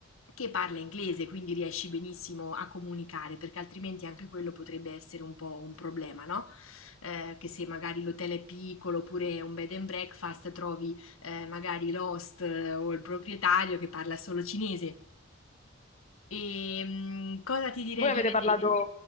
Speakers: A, on the left (about 85°); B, on the left (about 35°).
A: che parla inglese, quindi riesci benissimo a comunicare, perché altrimenti anche quello potrebbe essere un po' un problema, no? Eh, che se magari l'hotel è piccolo oppure è un bed and breakfast trovi eh, magari l'host eh, o il proprietario che parla solo cinese. E mm, cosa ti direi
B: Voi
A: di
B: avete
A: vedere?
B: parlato